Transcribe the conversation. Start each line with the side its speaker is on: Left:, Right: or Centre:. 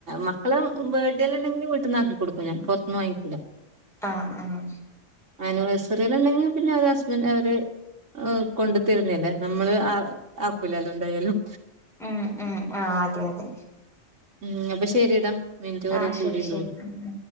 Right: മക്കളെ ബേർത്ത്ഡേൽ ഉണ്ടെങ്കിൽ വീട്ടിൽ നിന്നാക്കി കൊടുക്കും ഞാൻ പുറത്തന്ന് വാങ്ങിക്കൂല്ല
Centre: ആഹ് ആഹ്
Right: ആനിവേഴ്സറിൽ ഉണ്ടെങ്കിൽ പിന്നെ അത് ഹസ്ബൻഡറ് അവര് കൊണ്ട് തരുന്നല്ലേ നമ്മള് ആ ആകുലല്ലേന്തായാലും
Centre: ഉം ഉം ആ അതെ അതെ
Right: ഉം അപ്പൊ ശെരിടാ മിനിറ്റ് കുറേ
Centre: ആഹ്
Right: കൂടിന്ന്
Centre: ശരി ശരി
Right: തോന്നുന്നു
Centre: ഉം ഉം